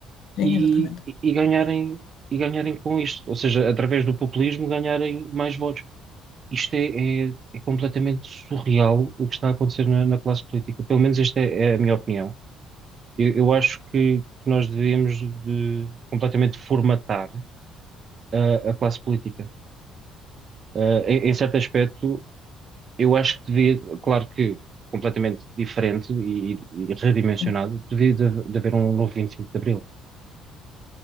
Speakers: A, on the left; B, on the right.
A: sim,
B: e,
A: exatamente.
B: e- e ganharem, e ganharem com isto, ou seja, através do populismo ganharem mais votos. Isto é, é- é completamente surreal o que está a acontecer na, na classe política. Pelo menos esta é, é a minha opinião. Eu, eu acho que nós devíamos de completamente formatar a, a classe política. Ah, em, em certo aspecto, eu acho que devia, claro que completamente diferente e, e redimensionado,
A: Sim.
B: devia de, de haver um novo 25 de Abril.